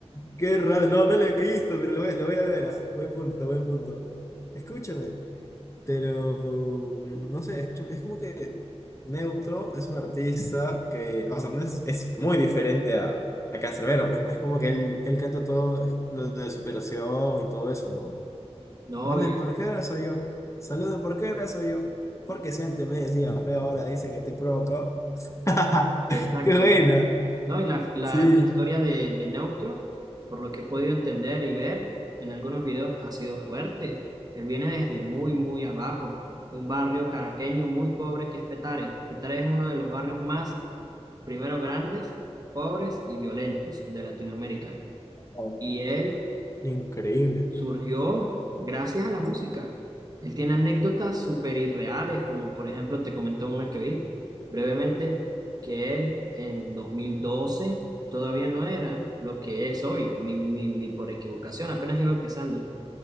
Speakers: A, on the left; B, on the right.
A: Qué raro. No, no lo he visto, pero lo voy, lo voy a ver, ¿ah? Buen punto, buen punto. Escúchame, pero mm, no sé, escúchame. Es como que Neutro es un artista que, o sea, no es, es muy diferente a, a Canserbero, pues ¿no? es como que él, él canta todo lo de superación y todo eso, ¿no?
B: No,
A: Mame,
B: y-
A: ¿por qué ahora soy yo? Saluden, ¿por qué ahora soy yo? Porque si antes me decía feo, ahora dice que te provocó. <laughs>
B: exacto.
A: ¡Qué buena!
B: No, y la, la,
A: Sí,
B: la historia de, de Neutro, por lo que he podido entender y ver en algunos videos, ha sido fuerte. Él viene desde muy, muy abajo, de un barrio caraqueño muy pobre que es Petare. Petare es uno de los barrios más, primero, grandes, pobres y violentos de Latinoamérica.
A: Wow.
B: Y él
A: increíble.
B: surgió gracias a la música. Él tiene anécdotas súper irreales, como por ejemplo te comento una que vi brevemente, que él en 2012 todavía no era lo que es hoy, ni, ni, ni por equivocación, apenas iba empezando.